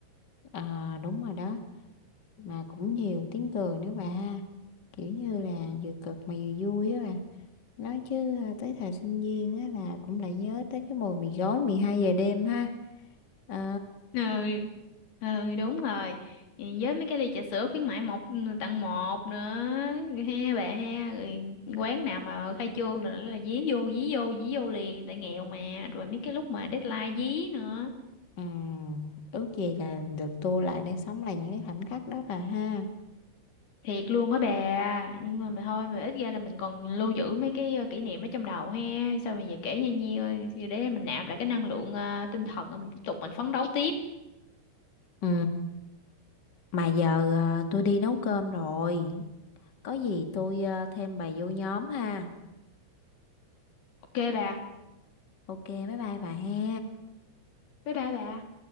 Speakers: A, on the left; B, on the left.
A: à, đúng rồi đó mà cũng nhiều tiếng cười nữa bà kiểu như là vừa cực mà vừa vui á bà nói chứ à, tới thời sinh viên á là cũng lại nhớ tới cái mùi mì gói 12 giờ đêm ha ờ
B: ừ ừ đúng rồi Ừ, với mấy cái ly trà sữa khuyến mãi một ừ, tặng một nữa ha bà ha rồi quán nào mà khai trương rồi là dí vô dí vô dí vô liền tại nghèo mà rồi mấy cái lúc mà deadline dí nữa
A: ừm, ước gì là được tua lại để sống lại những cái khoảnh khắc đó bà ha
B: thiệt luôn á bà nhưng mà mà thôi mà ít ra là mình còn lưu giữ mấy cái ờ, kỷ niệm ở trong đầu ha sao mà giờ kể nha nhiêu để mình nạp lại cái năng lượng ờ, tinh thần ờ, mình tiếp tục mình phấn đấu tiếp
A: Ừ, mà giờ ờ, tôi đi nấu cơm rồi. Có gì tôi ờ, thêm bà vô nhóm ha.
B: ok bà
A: Ok bye bye bà he
B: bye bye bà